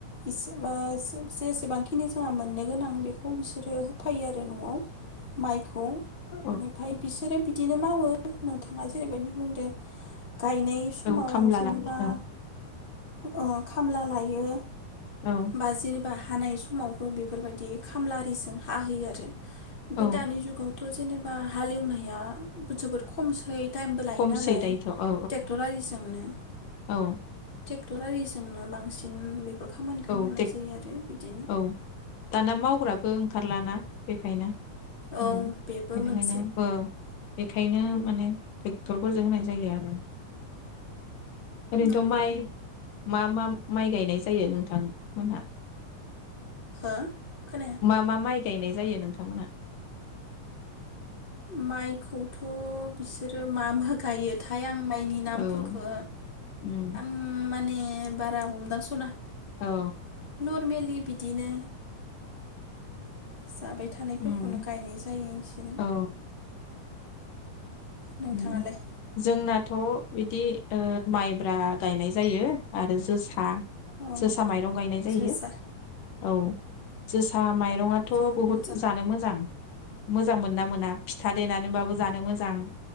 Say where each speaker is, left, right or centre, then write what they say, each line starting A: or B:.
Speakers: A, on the left; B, on the left.
A: एसे ओ जेसेबांखिनि जोंहा मोननो गोनां बेखौ बिसोरो होफायो आरो न'आव मायखौ बेनिफ्राय
B: औ
A: बिसोरो बि बिदिनो मावो नोंथाङा जेरैबायदि बुंदो गायनाय समाव
B: औ खामला
A: जेनेबा
B: लानानै औ
A: औ खामला लायो।
B: औ
A: बाजिनो बा हानाय समावबो बेफोरबायदि खामला आरिजों हाहोयो आरो ओमफ्राय
B: औ
A: दानि जुगावथ' जेनेबा हालेवनाय या जोबोर खमसै टाइमबो लायो
B: खमसै
A: नालाय
B: दायोथ' औ औ
A: ट्रेक्टर आरिजोंनो
B: औ
A: ट्रेक्टर आरिजोंनो बांसिन खामानिखौ
B: औे
A: मावनाय
B: टेक
A: जायो आरो बिदिनो
B: औ दाना मावग्राबो ओंखारलाना बेखायनो होम
A: औ बेबो
B: बेनिखायनो
A: मोनसे
B: आंबो बेखायनो माने ट्रेक्टरफोरजों होनाय जायो आरो ओरैनोथ'
A: नंगौ
B: माइ मा मा माइ गायनाय जायो नों- बिथां मोनहा
A: हो खोनाया
B: मा मा माइ गायनाय जायो नोंथांमोनहा।
A: माइखौथ' बिसोरो मा मा गायोथाय आं माइनि नामफोरखो
B: औ उम
A: आं माने बारा हमदांस'
B: औ
A: फेमेलि बिदिनो जाबाय थानायफोरखौनो
B: उम
A: गायनाय जायो बिसोरो
B: औ
A: नोंथाङालाय
B: उम जोंना थ' बिदि ओ माइब्रा गायनाय जायो आरो जोसा
A: औ
B: जोसा माइरं गायनाय जायो।
A: जोसा
B: औ जोसा माइ मायरंआथ'
A: जोबोद
B: बहुत
A: मोजां
B: जानो मोजां मोजां मोनो ना मोना फिथा देनानैबाबो जानो मोजां